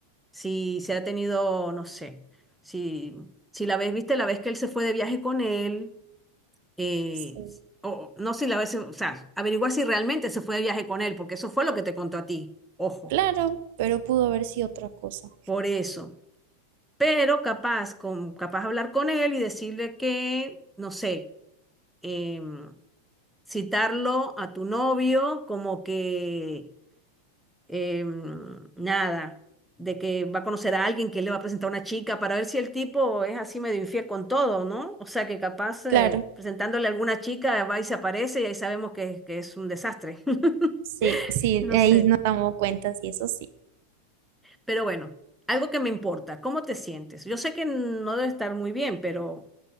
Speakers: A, in the centre; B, on the right.
A: si se ha tenido, no sé, si, si la vez, viste, la vez que él se fue de viaje con él eh,
B: sí.
A: o no sé, si la vez, o sea, averiguar si realmente se fue de viaje con él, porque eso fue lo que te contó a ti, ojo,
B: Claro, pero pudo haber sido otra cosa.
A: por eso. Pero capaz, con, capaz hablar con él y decirle que, no sé, em, citarlo a tu novio como que em, nada, de que va a conocer a alguien que le va a presentar a una chica para ver si el tipo es así medio infiel con todo, ¿no? O sea que capaz eh,
B: Claro,
A: presentándole a alguna chica va y se aparece y ahí sabemos que, que es un desastre. <laughs>
B: sí, sí,
A: No
B: ahí
A: sé,
B: nos damos cuenta, sí, eso sí.
A: pero bueno, algo que me importa, ¿cómo te sientes? Yo sé que no debe estar muy bien, pero